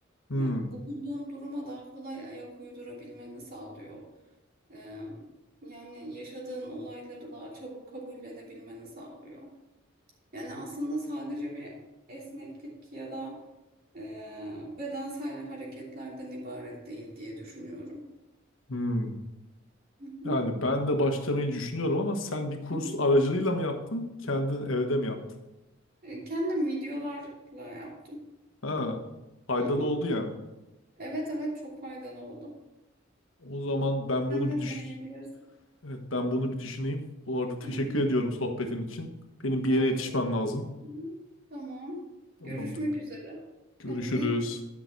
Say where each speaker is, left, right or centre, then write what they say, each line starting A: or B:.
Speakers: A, on the left; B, on the right.
A: hı.
B: Yani bulunduğun duruma daha kolay ayak uydurabilmeni sağlıyor. Ee, yani yaşadığın olayları daha çabuk kabullenebilmeni sağlıyor. Yani aslında sadece bir esneklik ya da e, bedensel hareketlerden ibaret değil diye düşünüyorum.
A: Hı.
B: Hı hı.
A: Yani ben de başlamayı düşünüyorum ama sen bir kurs
B: Hı hı.
A: aracılığıyla mı yaptın? Kendin evde mi yaptın?
B: E, Kendim videolarla yaptım.
A: Ha, faydalı
B: Hı hı.
A: oldu yani.
B: Evet evet çok faydalı oldu.
A: O zaman ben
B: Sen
A: bunu
B: de
A: bir düş
B: deneyebilirsin.
A: evet, ben bunu bir düşüneyim. Bu arada teşekkür
B: Hı hı.
A: ediyorum sohbetin için. Benim bir
B: Ben
A: yere
B: de
A: yetişmem
B: çok teşekkür
A: lazım.
B: ederim. Tamam.
A: Tamamdır.
B: Görüşmek üzere.
A: Görüşürüz.
B: Kendine iyi